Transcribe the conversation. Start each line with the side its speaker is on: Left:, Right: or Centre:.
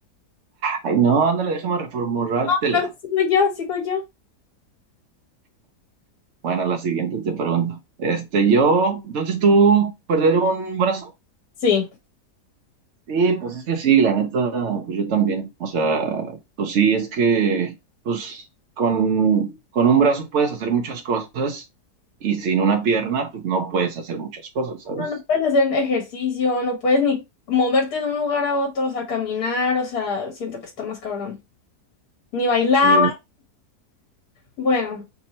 Right: Ay, no, ándale, déjame reformulártela.
Left: No, sigo yo, sigo yo.
Right: Bueno, la siguiente te pregunto. Este, yo, entonces tú, perder un brazo.
Left: Sí.
Right: Sí, pues es que sí, la neta, pues yo también. O sea, pues sí, es que, pues con, con un brazo puedes hacer muchas cosas y sin una pierna, pues no puedes hacer muchas cosas, ¿sabes?
Left: No, no puedes hacer ejercicio, no puedes ni moverte de un lugar a otro, o sea, caminar, o sea, siento que está más cabrón. Ni bailar.
Right: Sí.
Left: Bueno,